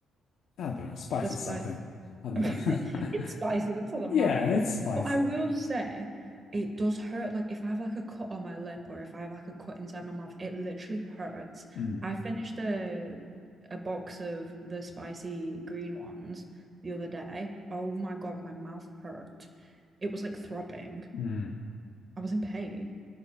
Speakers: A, on the left; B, on the right.
A: I don't know, spicy
B: The spi-
A: something.
B: <laughs>
A: I don't
B: It's
A: know. <laughs>
B: spicy, that's all that
A: Yeah,
B: matters.
A: it's spicy.
B: But I will say it does hurt. Like if I have like a cut on my lip or if I have like a cut inside my mouth, it literally hurts.
A: Mm,
B: I finished a a box of the spicy green ones the other day. Oh my God, my mouth hurt. It was like throbbing.
A: mm.
B: I was in pain.